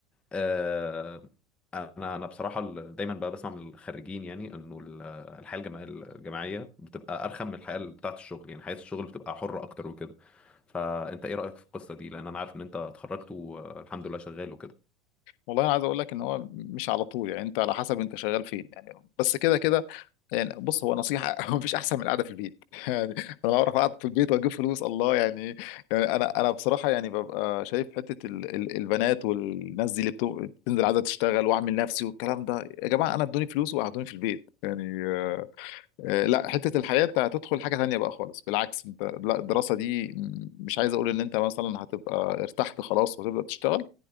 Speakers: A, in the centre; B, on the left (about 50°).
A: آه، انا انا بصراحه ال- دايما بقى بسمع من الخريجين يعني انه ال- الحياه الجما- الجامعيه بتبقى ارخم من الحياه بتاعه الشغل يعني حياه الشغل بتبقى حره اكتر وكده فانت ايه رايك في القصه دي لان انا عارف ان انت اتخرجت والحمد لله شغال وكده
B: والله انا عايز اقول لك ان هو مش على طول يعني انت على حسب انت شغال فين يعني بس كده كده يعني بص هو نصيحة <laughs> هو مفيش أحسن من القعدة في البيت <laughs> يعني أنا بعرف أقعد في البيت وأجيب فلوس الله يعني يعني أنا أنا بصراحة يعني ببقى شايف حتة ال ال البنات والناس دي اللي بتو- بتنزل عايزة تشتغل وأعمل نفسي والكلام ده يا جماعة أنا ادوني فلوس وقعدوني في البيت يعني آه، آه، لا حتة الحياة أنت هتدخل حاجة تانية بقى خالص بالعكس أنت لا الدراسة دي مش عايز أقول إن أنت مثلا هتبقى ارتحت خلاص وتبدأ تشتغل